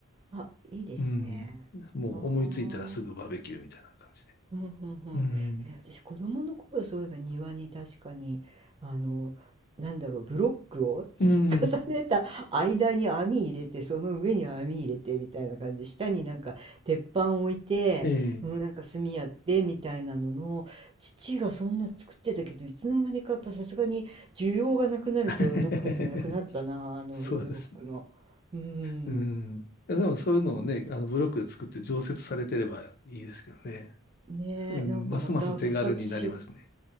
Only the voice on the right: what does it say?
あ、いいですね。
はあ。うんうんうん。
え、私子供の頃そういえば庭に確かにあのなんだろうブロックを積み重ねた間に網入れてその上に網入れてみたいな感じで下になんか鉄板置いて、
うん、なんか炭やってみたいなのの父がそんな作ってたけどいつの間にかやっぱさすがに需要がなくなるとどっかになくなったなあのブロックの。
うん。
ねえ、
なんかまた復活しよう